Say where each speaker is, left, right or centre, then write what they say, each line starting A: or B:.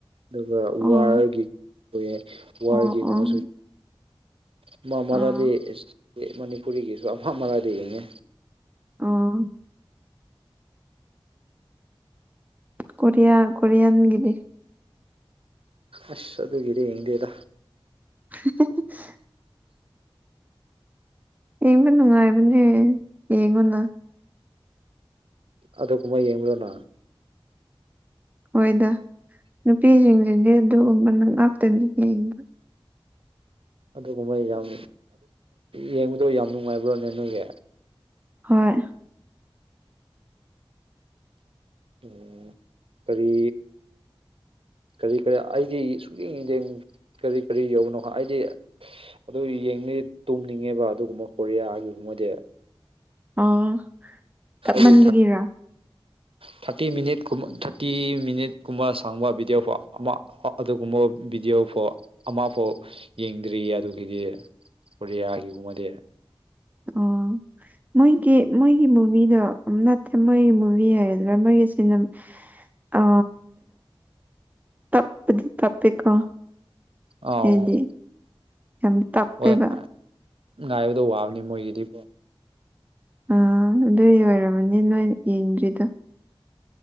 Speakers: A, on the right; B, on the right.
A: ꯑꯗꯨꯒ
B: ꯑꯣ
A: ꯋꯥꯔꯒꯤ ꯑꯣꯏꯌꯦ ꯋꯥꯔꯒꯤꯒꯨꯝꯕꯁꯨ
B: ꯑꯣ ꯑꯣ
A: ꯑꯃ ꯃꯔꯥꯗꯤ
B: ꯑꯥ
A: ꯃꯅꯤꯄꯨꯔꯤꯒꯤꯁꯨ ꯑꯃ ꯃꯔꯥꯗꯤ ꯌꯦꯡꯉꯦ
B: ꯑꯥ ꯀꯣꯔꯤꯌꯥ ꯀꯣꯔꯤꯌꯥꯟꯒꯤꯗꯤ
A: ꯑꯁ ꯑꯗꯨꯒ ꯒꯤꯗꯤ ꯌꯦꯡꯗꯦꯗ
B: ꯍ <unintelligible> ꯌꯦꯡꯕ ꯅꯨꯡꯉꯥꯏꯕꯅꯦ ꯌꯦꯡꯉꯨꯅ
A: ꯑꯗꯨꯒꯨꯝꯕ ꯌꯦꯡꯕ꯭ꯔꯣ ꯅꯪ
B: ꯍꯣꯏꯗ ꯅꯨꯄꯤꯁꯤꯡꯁꯤꯗꯤ ꯑꯗꯨꯒꯨꯝꯕꯅ ꯉꯥꯛꯇꯅꯤ ꯌꯦꯡꯕ
A: ꯑꯗꯨꯒꯨꯝꯕ ꯌꯥꯝ ꯌꯦꯡꯕꯗꯣ ꯌꯥꯝ ꯅꯨꯡꯉꯥꯏꯕ꯭ꯔꯣꯅꯦ ꯅꯣꯏꯒꯤ
B: ꯍꯣꯏ
A: ꯑꯣ ꯀꯔꯤ ꯀꯔꯤ ꯀꯔꯤ ꯑꯩꯗꯤ ꯁꯨꯛꯌꯦꯡ ꯌꯦꯗꯦ ꯀꯔꯤ ꯀꯔꯤ ꯌꯥꯎꯕꯅꯣ ꯑꯩꯗꯤ ꯑꯗꯨ ꯌꯦꯡꯅ ꯇꯨꯝꯅꯤꯡꯉꯦꯕ ꯑꯗꯨꯒꯨꯝꯕ ꯀꯣꯔꯤꯌꯥꯒꯤꯒꯨꯝꯕꯗꯤ
B: ꯑ ꯇꯞꯃꯟꯕꯒꯤꯔ
A: ꯑꯩꯗꯤ ꯊꯥꯔꯇꯤ ꯃꯤꯅꯤꯠ ꯀꯨꯃ ꯊꯥꯔꯇꯤ ꯃꯤꯅꯤꯠ ꯀꯨꯨꯝꯕ ꯁꯥꯡꯕ ꯚꯤꯗꯤꯑꯣꯐꯥꯎ ꯑꯃ ꯑꯗꯨꯒꯨꯝꯕ ꯚꯤꯗꯤꯑꯣꯐꯥꯎ ꯑꯃꯐꯥꯎ ꯌꯦꯡꯗ꯭ꯔꯤꯌꯦ ꯑꯗꯨꯒꯤꯗꯤ ꯀꯣꯔꯤꯌꯥꯒꯤꯒꯨꯝꯕꯗꯤ
B: ꯑꯣ ꯃꯣꯏꯒꯤ ꯃꯣꯏꯒꯤ ꯃꯨꯚꯤꯗꯣ ꯑ ꯅꯠꯇꯦ ꯃꯣꯏꯒꯤ ꯃꯨꯚꯤ ꯍꯥꯏꯗ꯭ꯔꯥ ꯃꯣꯏꯒꯤ ꯁꯤ ꯑ ꯇꯞꯄꯗꯤ ꯇꯞꯄꯦ ꯀꯣ
A: ꯑꯥꯎ
B: ꯍꯥꯏꯗꯤ ꯌꯥꯝ ꯇꯞꯄꯦꯕ
A: ꯍꯣꯏ ꯉꯥꯏꯕꯗꯣ ꯋꯥꯕꯅꯤ ꯃꯣꯏꯒꯤꯗꯤ
B: ꯑꯥ ꯑꯗꯨꯏ ꯑꯣꯏꯔꯝꯃꯅꯤ ꯅꯣꯏ ꯌꯦꯡꯗ꯭ꯔꯤꯗꯣ